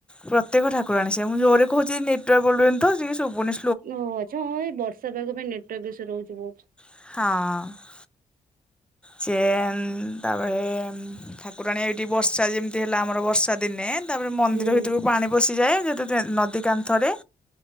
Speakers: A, in the centre; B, on the right.
A: ପ୍ରତ୍ୟେକ୍ଷ ଠାକୁରାଣୀ, ସେ ମୁଁ ଜୋରେ କହୁଚି ନେଟୱାର୍କ ପ୍ରୋବ୍ଲେମ୍ ତ ଟିକେ ଶୁବୁନି
B: ଓହୋ ଆଚ୍ଛା ହଁ ଏଇ ବର୍ଷା ପାଗ ପାଇଁ ନେଟୱାର୍କ ଇସୁ ରହୁଚି ବହୁତ।
A: ହଁ। ଚେନ୍ ତାପରେ ଉଁ, ଠାକୁରାଣୀ ଏଇଠି ବର୍ଷା ଯେମିତି ହେଲା ଆମର ବର୍ଷା ଦିନେ ତାପରେ ମନ୍ଦିର
B: ହୁଁ ହୁଁ
A: ଭିତରକୁ ପାଣି ପଶିଯାଏ। ଯେହେତୁ ସେ ନଦୀ କାନ୍ଥରେ